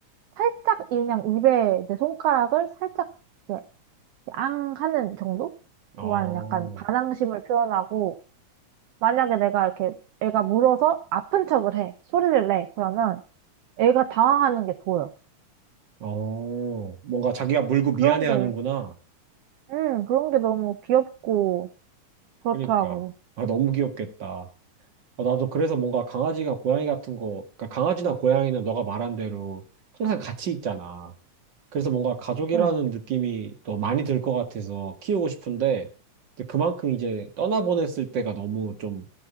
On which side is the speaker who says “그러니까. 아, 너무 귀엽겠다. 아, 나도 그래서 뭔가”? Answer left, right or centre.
Right